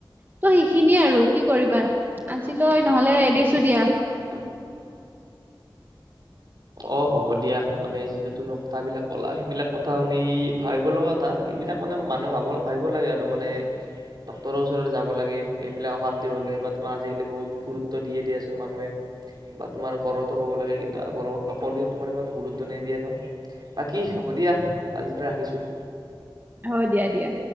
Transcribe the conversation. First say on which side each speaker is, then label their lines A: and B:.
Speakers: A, on the right; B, on the right.
A: ত' সেইখিনিয়ে আৰু কি কৰিবা আজিলৈ নহ'লে এৰিছো দিয়া।
B: <inaudible> অ হ'ব দিয়া মানে যিটো তুমি কথাবিলাক ক'লা সেইবিলাক কথা শুনি ভাবিব লগা কথা এইবিলাক মানে মানুহে ভাব ভাবিব লাগে আৰু মানে ডক্তৰৰ ওচৰত যাব লাগে এইবিলাক অশান্তি হ'লে বা তোমাৰ আজিকালি বহুত গুৰুত্ব দিয়ে দিয়াচোন মানুহে। বা তোমাৰ ঘৰতো লাগে কিন্তু ঘৰত নকলি তোমাৰ ইমান গুৰুত্ব নিদিয়া ন। বাকী হ'ব দিয়া আজি ৰাখিছোঁ।
A: হ দিয়া দিয়া।